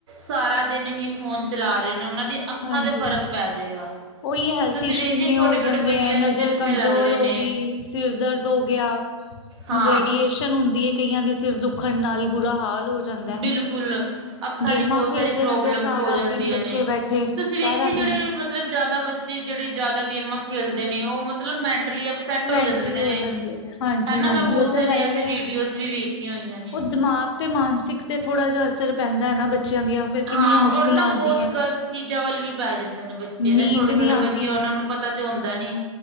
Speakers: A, on the right; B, on the left.
A: ਸਾਰਾ ਦਿਨ ਹੀ ਫੋਨ ਚਲਾ ਰਹੇ ਨੇ ਉਹਨਾਂ ਦੇ ਤੇ ਅੱਖਾਂ
B: ਹਾਂਜੀ
A: ਤੇ ਫ਼ਰਕ ਪੈ ਜਾਏਗਾ।
B: ਉਹੀ ਹੈਲਥ
A: ਤੁਸੀਂ
B: ਇਸ਼ੂ
A: ਵੇਖਿਆ
B: ਇੰਨੇ
A: ਛੋਟੇ
B: ਹੋ ਜਾਂਦੇ
A: ਛੋਟੇ ਬੱਚਿਆਂ
B: ਐ ਨਜ਼ਰ
A: ਨੂੰ ਚਸ਼ਮੇ
B: ਕਮਜ਼ੋਰ
A: ਲੱਗ ਰਹੇ
B: ਹੋ
A: ਨੇ
B: ਗਈ, ਸਿਰ ਦਰਦ ਹੋ ਗਿਆ।
A: ਹਾਂ
B: ਰੇਡੀਏਸ਼ਨ ਹੁੰਦੀ ਏ ਕਈਆਂ ਦੇ ਸਿਰ ਦੁੱਖਣ ਨਾਲ ਬੁਰਾ ਹਾਲ ਹੋ ਜਾ ਜਾਂਦਾ
A: ਬਿਲਕੁਲ ਅੱਖਾਂ
B: ਗੇਮਾਂ
A: ਦੀ ਬਹੁਤ
B: ਖੇਲਦੇ
A: ਸਾਰੀ ਪ੍ਰੋਬਲਮਸ
B: ਰਹਿੰਦੇ ਆ ਸਾਰਾ
A: ਹੋ ਜਾਂਦੀਆਂ
B: ਦਿਨ ਬੱਚੇ
A: ਨੇ।
B: ਬੈਠੇ
A: ਤੁਸੀਂ ਵੇਖਿਆ
B: ਸਾਰਾ ਦਿਨ
A: ਜਿਹੜੇ ਮਤਲਬ ਜ਼ਿਆਦਾ ਬੱਚੇ ਜਿਹੜੇ ਜ਼ਿਆਦਾ ਗੇਮਾਂ ਖੇਲਦੇ ਨੇ ਉਹ ਮਤਲਬ ਮੈਂਟਲੀ ਅਪ ਸੈਟ
B: ਮੈਂਟਲੀ
A: ਹੋ ਜਾਂਦੇ ਨੇ
B: ਜਾਂਦੇ ਆ ਹਾਂਜੀ
A: ਹੈਨਾ
B: ਹਾਂਜੀ
A: ਮੈਂ ਬਹੁਤ
B: ਉਹ
A: ਸਾਰੀ
B: ਤਾਂ ਹੈ ਹੀ
A: ਐਸੀ
B: ਹੈ
A: ਵੀਡੀਓਜ਼ ਵੀ ਵੇਖੀਆਂ ਹੋਈਆਂ ਨੇ।
B: ਉਹ ਦਿਮਾਗ ਤੇ ਮਾਨਸਿਕ ਤੇ ਥੋੜ੍ਹਾ ਜਿਹਾ ਅਸਰ ਪੈਂਦਾ ਐ ਨਾ ਬੱਚਿਆਂ ਦੀਆਂ ਫਿਰ ਕਿੰਨੀਆਂ
A: ਹਾਂ,
B: ਮੁਸ਼ਕਿਲਾਂ
A: ਔਰ ਨਾ ਬਹੁਤ
B: ਆਉਂਦੀਆਂ
A: ਗ਼ਲਤ ਚੀਜ਼ਾਂ ਵੱਲ ਵੀ ਪੈ ਜਾਂਦੇ ਨੇ ਬੱਚੇ
B: ਨੀਂਦ
A: ਨਾ ਛੋਟੇ-ਛੋਟੇ
B: ਨਹੀਂ ਆਉਂਦੀ
A: ਬੱਚੇ ਉਹਨਾਂ ਨੂੰ ਪਤਾ ਤੇ ਹੁੰਦਾ ਨੀ।